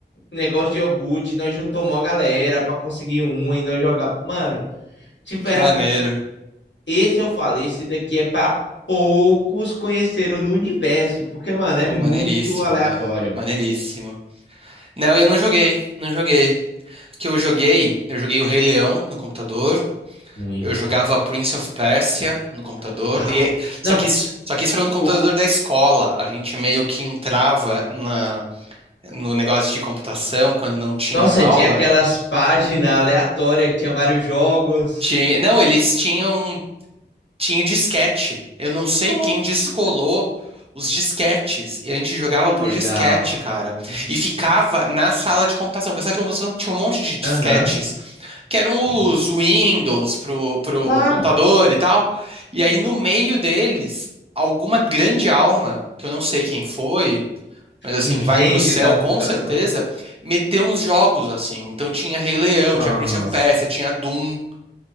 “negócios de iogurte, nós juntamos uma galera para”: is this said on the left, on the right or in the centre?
Left